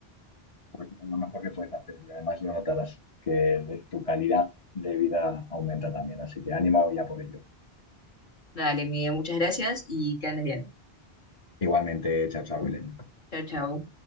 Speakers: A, on the left; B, on the left.
A: Pues lo mejor que puedes hacer y además lo notarás, que tu calidad de vida aumenta también, así que ánimo ya por ello.
B: Dale, Miguel, muchas gracias y que andes bien.
A: Igualmente, chao, chao, Belén.
B: Chao, chao.